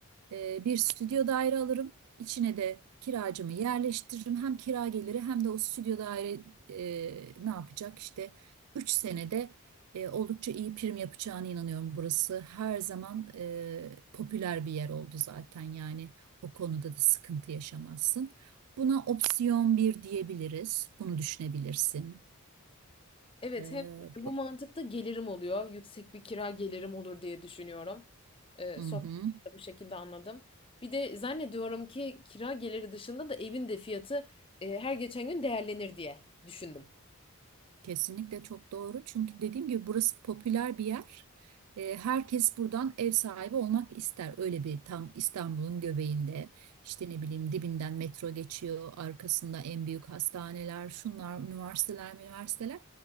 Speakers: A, on the right; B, on the left.
A: ee, bir stüdyo daire alırım. İçine de kiracımı yerleştiririm. Hem kira geliri hem de o stüdyo daire e, ne yapacak? İşte 3 senede e, oldukça iyi prim yapacağına inanıyorum. Burası her zaman e, popüler bir yer oldu zaten. Yani o konuda da sıkıntı yaşamazsın. Buna opsiyon bir diyebiliriz. Bunu düşünebilirsin.
B: Evet
A: Ee,
B: hem bu
A: bu-
B: mantıkta gelirim oluyor. Yüksek bir kira gelirim olur diye düşünüyorum. Ee,
A: Hı
B: sohbetimde
A: hı.
B: bu şekilde anladım. Bir de zannediyorum ki kira geliri dışında da evin de fiyatı e, her geçen gün değerlenir diye düşündüm.
A: Kesinlikle çok doğru. Çünkü dediğim gibi burası popüler bir yer. Eee, herkes buradan ev sahibi olmak ister. Öyle bir tam İstanbul'un göbeğinde işte ne bileyim dibinden metro geçiyor. Arkasında en büyük hastaneler, şunlar, üniversiteler, üniversiteler.